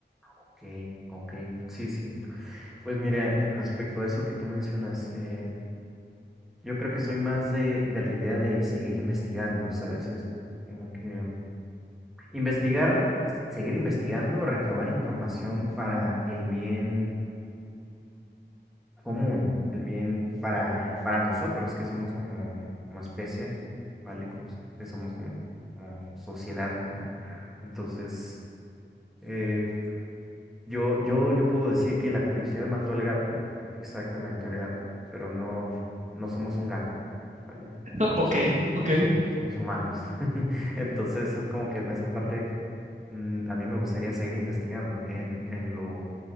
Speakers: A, in the centre; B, on the right.
A: Ok, ok, sí, sí. Pues mira, respecto a eso que tú mencionas, eh, yo creo que soy más de, de la idea de seguir investigando, ¿sabes? Es como que investigar, s- seguir investigando, recabar información para el bien común, el bien para, para nosotros que somos como, como especie, ¿vale? Como, s- que somos como, como sociedad, ¿no? Entonces, eh, yo, yo, yo puedo decir que la curiosidad mató al gato, exactamente al gato, pero no, no somos un gato. ¿vale?
B: <laughs> O-
A: Somos,
B: Ok, ok.
A: somos, hum- somos humanos. <laughs> Entonces es como que en esa parte mm, a mí me gustaría seguir investigando en, en lo